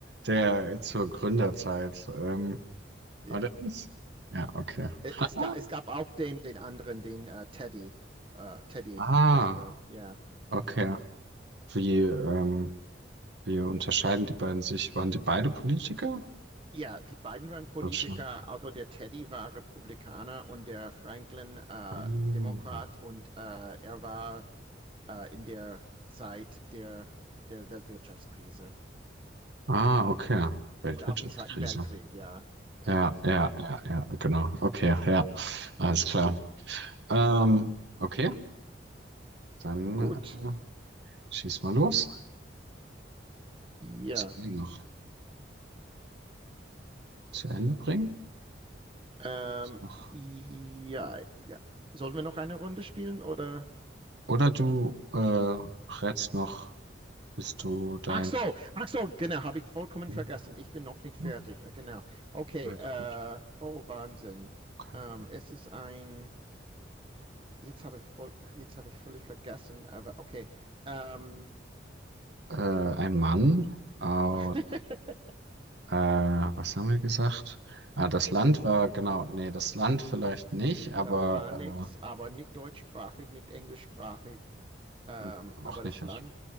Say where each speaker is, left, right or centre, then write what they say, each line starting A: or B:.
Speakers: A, on the right; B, on the right.
A: der zur Gründerzeit. Ähm,
B: Ja,
A: aber das ist, ja, okay.
B: E-
A: <laughs>
B: es gab, es gab auch den, den anderen, den äh, Teddy, äh, Teddy
A: Ah,
B: Roosevelt. Ja,
A: Okay.
B: genau.
A: Wie, ähm, wie unterscheiden die beiden sich? Waren die beide Politiker?
B: Ja, die beiden waren Politiker,
A: Glaub schon.
B: also der Teddy war Republikaner und der Franklin äh,
A: Hm.
B: Demokrat und äh, er war äh, in der Zeit der, der Weltwirtschaftskrise
A: Ah, okay. Weltwirtschaftskrise.
B: oder auch im Zweiten Weltkrieg, ja. Ja,
A: Ja, ja, ja, ja, genau. Okay, ja. Alles klar. Ähm, okay, dann
B: gut,
A: äh, schieß mal los.
B: ja.
A: Das kann ich noch zu Ende bringen.
B: Ähm,
A: Ist Noch.
B: ja, ja. Sollen wir noch eine Runde spielen oder?
A: Oder du äh, rätst noch, bist du dein.
B: Ach so, ach so, genau, habe ich vollkommen
A: Hm?
B: vergessen. Ich bin noch nicht fertig,
A: Ja,
B: äh, genau. Okay,
A: Alles
B: äh,
A: gut.
B: oh Wahnsinn.
A: Okay.
B: Ähm, es ist ein. Jetzt habe ich voll, jetzt habe ich völlig vergessen, aber okay. Ähm,
A: Äh, ein Mann aus.
B: <laughs>
A: Äh, was haben wir gesagt? Ah, das Land war, genau, nee, das Land vielleicht nicht, aber
B: das war nichts,
A: äh,
B: aber nicht deutschsprachig, nicht englischsprachig. Ähm,
A: und auch
B: aber
A: nicht
B: das Land,
A: aus